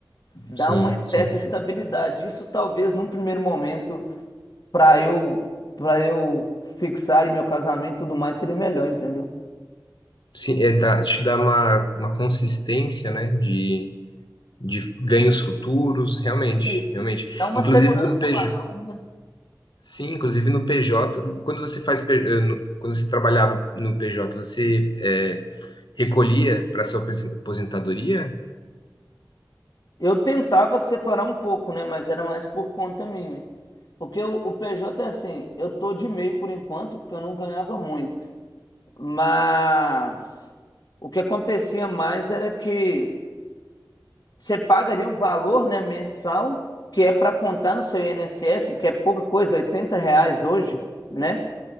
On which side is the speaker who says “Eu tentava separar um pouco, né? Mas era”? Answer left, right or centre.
Left